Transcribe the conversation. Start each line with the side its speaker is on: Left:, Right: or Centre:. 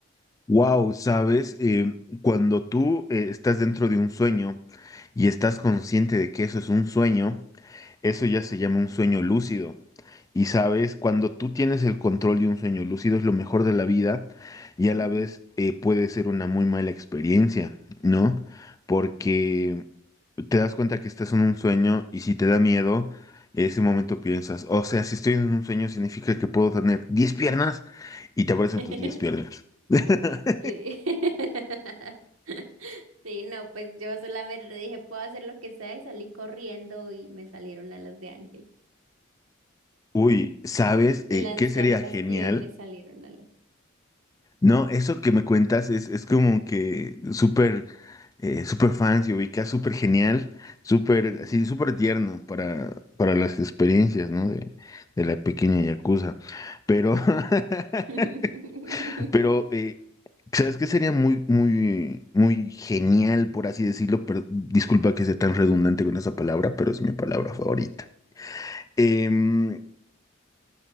Left: Wow, ¿sabes? Eh, cuando tú eh, estás dentro de un sueño y estás consciente de que eso es un sueño, Eso ya se llama un sueño lúcido. Y sabes, cuando tú tienes el control de un sueño lúcido es lo mejor de la vida y
Right: Ujú.
Left: a la vez eh, puede ser una muy mala experiencia, ¿no? Porque te das cuenta que estás en un sueño y si te da miedo, en ese momento piensas, o sea, si estoy en un sueño significa que puedo tener diez piernas y te aparecen
Right: <laughs>
Left: tus 10 piernas. <laughs>
Right: Sí. <laughs> Sí, no, pues yo solamente dije, puedo hacer lo que sea y salí corriendo y me salieron alas de ángel.
Left: Uy, ¿sabes
Right: Me
Left: eh,
Right: lancé
Left: qué sería
Right: al vacío
Left: genial?
Right: y me salieron alas.
Left: No, eso que me cuentas es, es como que súper eh, súper fan, se ubica súper genial, súper
Right: Sí.
Left: así, súper tierno para, para las experiencias, ¿no? De, de la pequeña yakuza. Pero, <laughs>
Right: <laughs>
Left: pero eh, ¿sabes qué sería muy, muy, muy genial, por así decirlo? Pero, disculpa que sea tan redundante con esa palabra, pero es mi palabra favorita. Em,